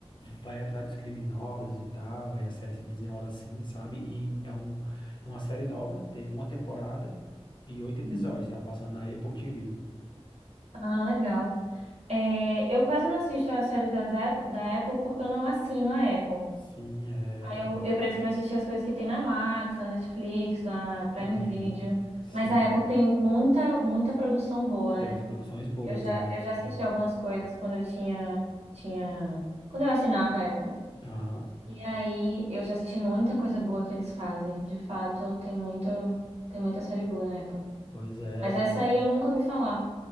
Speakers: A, on the left; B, on the right.
A: vai atrás dos criminosos e tal, aí a série se desenrola assim, sabe? E é um, é uma série nova, tem uma temporada e oito episódios,
B: Uhum.
A: tá passando na Apple TV.
B: Ah, legal. É, eu quase não assisto a série das Apple- da Apple porque eu não assino a Apple.
A: Sim, é,
B: Aí eu,
A: é bem.
B: eu prefiro assistir as coisas que tem na Max, na Netflix, na Prime
A: Uhum.
B: Video.
A: Sim,
B: Mas a Apple tem muita, muita produção boa,
A: tem
B: né?
A: umas produções boas,
B: Eu já,
A: é.
B: eu já assisti
A: Uhum.
B: algumas coisas quando eu tinha, tinha, quando eu assinava a Apple.
A: Aham.
B: E aí eu já assisti muita coisa boa que eles fazem. De fato, tem muita, tem muita série boa na Apple.
A: Pois é.
B: Mas essa aí eu nunca ouvi falar.